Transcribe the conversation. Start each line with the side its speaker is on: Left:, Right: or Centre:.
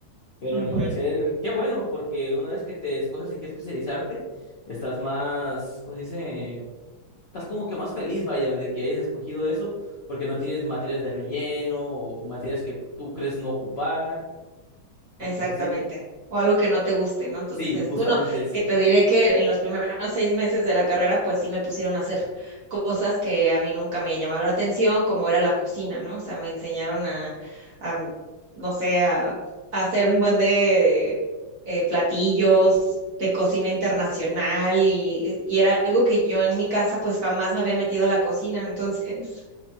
Left: Pero
Right: Ujú,
Left: al parecer, qué bueno, porque una vez que te escoges en qué especializarte, estás más, ¿cómo se dice? estás como que más feliz, vaya, de que hayas escogido eso, porque no tienes materias de relleno o materias que tú crees no ocupar, y
Right: Exactamente.
Left: pues así, ¿no?
Right: O algo que no te guste, ¿no? Entonces,
Left: Sí, justamente
Right: bueno,
Left: eso.
Right: que te diré
Left: <laughs>
Right: que en los primeros seis meses de la carrera, pues sí me pusieron a hacer cosas que a mí nunca me llamaron la atención, como era la cocina, ¿no? O sea, me enseñaron a, a, no sé, a, a hacer un buen de eh, platillos de cocina internacional y, y era algo que yo en mi casa, pues jamás me había metido a la cocina, <laughs> entonces